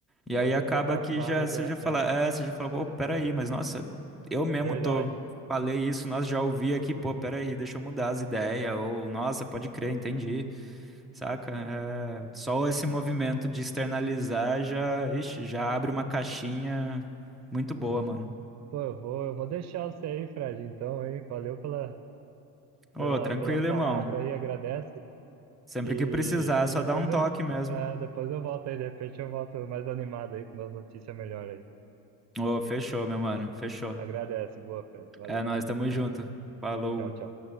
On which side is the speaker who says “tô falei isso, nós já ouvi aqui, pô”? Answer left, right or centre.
Centre